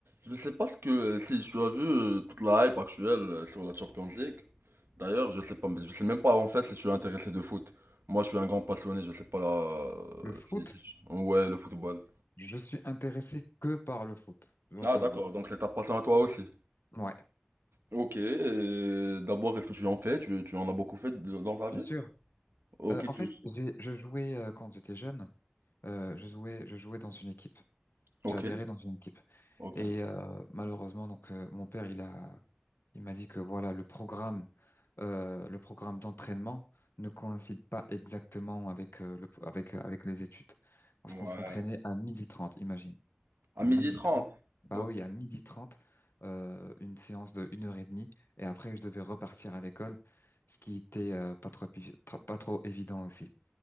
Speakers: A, on the right; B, on the left.
A: Je sais pas ce que si tu as vu euh, toute la hype actuelle euh, sur la Champions League. D'ailleurs, je sais pas, je sais même pas en fait si tu es intéressé de foot. Moi, je suis un grand passionné, je sais pas euh,
B: Le foot,
A: si, si tu- Ouais, le football.
B: je suis intéressé que par le foot, tu dois
A: Ah,
B: savoir.
A: d'accord, donc c'est ta passion à toi aussi.
B: Ouais,
A: Ok, et d'abord, est-ce que tu en fais? Tu, tu en as beaucoup fait de- dans ta
B: bien
A: vie?
B: sûr.
A: Ok,
B: Euh, en
A: tu...
B: fait, j'ai, je jouais euh, quand j'étais jeune. euh, je jouais, je jouais dans une équipe.
A: Ok,
B: J'ai adhéré dans une équipe.
A: ok.
B: Et euh, malheureusement, donc euh, mon père, il a, il m'a dit que voilà, le programme, euh, le programme d'entraînement ne coïncide pas exactement avec euh, le, avec avec les études, parce
A: Ouais.
B: qu'on s'entraînait à midi 30. imagine.
A: À
B: à
A: midi
B: midi
A: 30.
B: trente Bah
A: Ok.
B: oui, à midi trente euh, une séance de une heure et demie. Et après, je devais repartir à l'école, ce qui était euh, pas trop, pi- tr- pas trop évident aussi.